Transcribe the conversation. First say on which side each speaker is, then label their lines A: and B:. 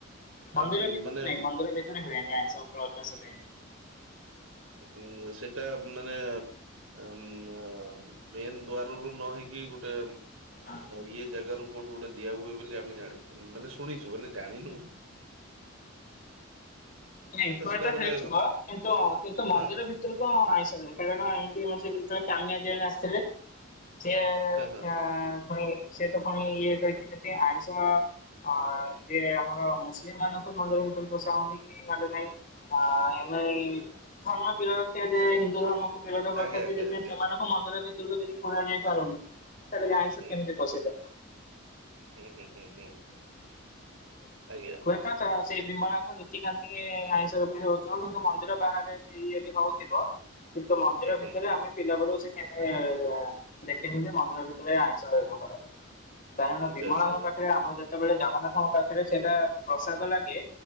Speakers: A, on the left (about 40°); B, on the right (about 75°).
A: ମନ୍ଦିର
B: ଆମ୍,
A: ଭିତରେ
B: ମାନେ
A: ନାଇଁ ମନ୍ଦିର ଭିତରେ ହୁଏନି ଆଇଁଷ <unintelligible>
B: ଉଁ ସେଟା ମାନେ ଉଁ ମେନ୍ ଦ୍ୱାର ରୁ ନ ହେଇକି ଗୋଟେ
A: ହଁ
B: ଇଏ ଜାଗାରୁ କୋଉଠୁ ଗୋଟେ ଦିଆ ହୁଏ ବୋଲି ଆମେ ଜାଣି ମାନେ ଶୁଣିଛୁ ମାନେ ଜାଣିନୁ।
A: ନାଇଁ ହୁଏତ
B: ସେଇଟା ମାନେ
A: ହେଇଥିବ କିନ୍ତୁ କିନ୍ତୁ
B: ହଁ
A: ମନ୍ଦିର ଭିତ କଣ ଆଇ କାରଣ ଏମିତି ମେ ଯେତେବେଳେ କାମିଆ ଆସିଥିଲେ ସିଏ
B: ହଁ ହଁ
A: ସିଏ ଫୁଣି ସେତ ଫୁଣି ଇଏ କରିକି ଯେମିତି ଆଇଁଷ ହଁ ଯିଏ ଆମର ମୁସଲିମ ମାନଙ୍କୁ ମନ୍ଦିର ଭିତରେ ପସାଉନି ନଲେ ନାହିଁ ଆ ଏ ଧର୍ମ ବିର ଯେ ହିନ୍ଦୁ ଧର୍ମ ବିରୋଧ <unintelligible>
B: ଆଜ୍ଞା
A: ଯଦି
B: ଆଜ୍ଞା ଆଜ୍ଞା
A: ସେମାନଙ୍କୁ ମନ୍ଦିର ଭିତରକୁ ଯଦି ପୁରା ଯାଇ ପାରୁନି। ତା ଆଇଁଷ
B: ହୁଁ
A: କେମିତି ପସେଇଲେ?
B: ହୁଁ ହୁଁ ହୁଁ ହୁଁ ଆଜ୍ଞା।
A: <unintelligible> ବିମଳା ଖନି ନୀତିକାନ୍ତି ଆଇଁଷ ବି ହଉଥିବ କିନ୍ତୁ ମନ୍ଦିର ବାହାରେ ବି ଇଏ ବି ହଉଥିବ। କିନ୍ତୁ ମନ୍ଦିର
B: ହୁଁ ହୁଁ
A: ଭିତରେ
B: ହୁଁ
A: ଆମେ ପିଲା ବେଳୁ ସେ କେଭେ ଦେଖିନି ଯେ ମନ୍ଦିର ଭିତରେ ଆଇଁଷ ହବାର। କାରଣ
B: ଆଚ୍ଛା
A: ବିମଳଙ୍କ
B: ଆଚ୍ଛା ଆଚ୍ଛା
A: ପାଖରେ ଆମର ଯେତେବେଳେ ଜଗନ୍ନାଥଙ୍କ ପାଖରେ ସେଇଟା ପ୍ରସାଦ ଲାଗେ।